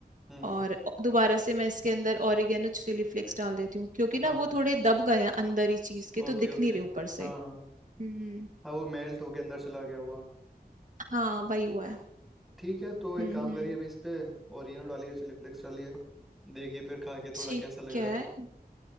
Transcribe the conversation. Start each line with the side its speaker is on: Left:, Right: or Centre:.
Centre: हम्म
Right: और दोबारा से मैं इसके अंदर ऑरिगेनो चिली फ्लेक्स डाल देती हूँ क्योंकि ना
Centre: हाँ
Right: वो थोड़े दब गए हैं अंदर ही चीज के
Centre: Okay
Right: तो दिख
Centre: okay
Right: नहीं रहे ऊपर
Centre: हाँ
Right: से
Centre: हाँ
Right: हम्म
Centre: हाँ वो मेल्ट होके अंदर चला गया होगा
Right: हाँ वही हुआ है
Centre: ठीक है तो एक
Right: हम्म
Centre: काम
Right: हम्म
Centre: करिए अभी इस पे ओरिएनो डालिए चिली फ्लेक्स डालिए देखिए फिर खा के थोड़ा
Right: ठीक
Centre: कैसा लग
Right: है
Centre: रहा